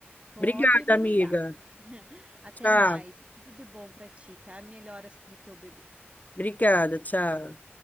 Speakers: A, on the right; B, on the left.
A: Pode
B: Obrigada,
A: me
B: amiga.
A: ligar. <laughs> Até
B: Tchau.
A: mais. Tudo de bom pra ti, tá? Melhoras pro teu bebê.
B: Obrigada, tchau.